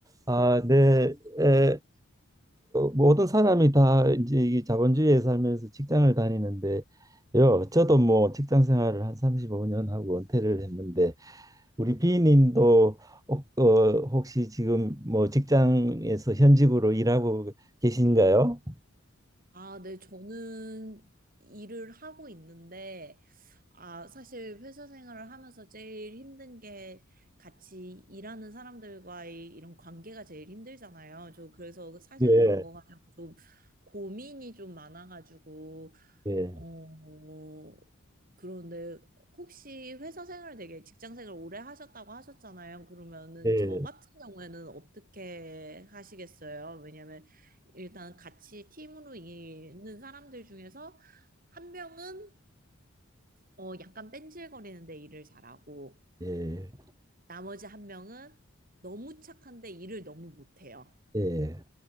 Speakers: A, on the right (about 15°); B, on the right (about 40°).
A: 아, 네. 에, 모든 사람이 다 이제 이 자본주의에 살면서 직장을 다니는데요. 저도 뭐 직장 생활을 한 35년 하고 은퇴를 했는데 우리 비님도 혹- 어, 혹시 지금 뭐 직장에서 현직으로 일하고 계신가요?
B: 아, 네, 저는 일을 하고 있는데, 아, 사실 회사 생활을 하면서 제일 힘든 게 같이 일하는 사람들과의 이런 관계가 제일 힘들잖아요. 저 그래서 사실
A: 예,
B: 그런 거 가지고 좀 고민이 좀 많아가지고,
A: 예,
B: 어, 그런데 혹시 회사 생활 되게 직장 생활 오래 하셨다고 하셨잖아요. 그러면은
A: 예,
B: 저 같은 경우에는 어떻게 하시겠어요? 왜냐면 일단 같이 팀으로 있는 사람들 중에서 한 명은 어, 약간 뺀질거리는데 일을 잘하고
A: 예,
B: 나머지 한 명은 너무 착한데 일을 너무 못해요.
A: 예.